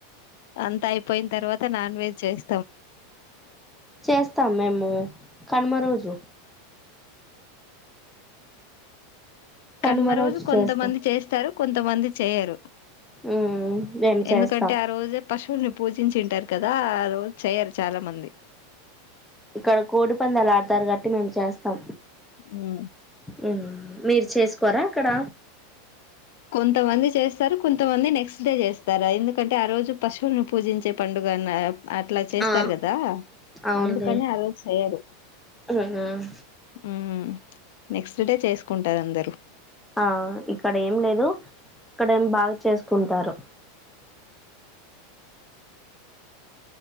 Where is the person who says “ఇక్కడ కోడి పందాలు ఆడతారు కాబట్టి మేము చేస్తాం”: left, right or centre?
Centre